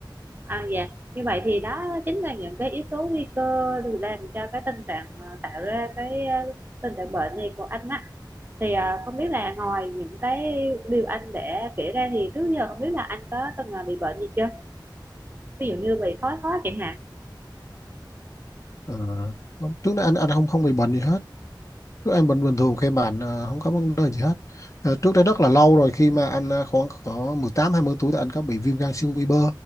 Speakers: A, on the right (about 25°); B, on the left (about 40°).
A: À dạ. Như vậy thì đó chính là những cái yếu tố nguy cơ được làm cho cái tình trạng ờ, tạo ra cái ờ, tình trạng bệnh này của anh á. Thì ờ, không biết là ngoài những cái điều anh đã kể ra thì trước giờ không biết là anh có từng ờ, bị bệnh gì chưa? Ví dụ như bị thoái hóa chẳng hạn.
B: Ờ, không- trước đây anh anh không không bị bệnh gì hết Trước anh bình bình thường khi mà anh ờ, không có vấn đề gì hết. Ờ, trước đây rất là lâu rồi khi mà anh ờ, khoảng có mười tám hai mươi tuổi thì anh có bị viêm gan siêu vi bơ.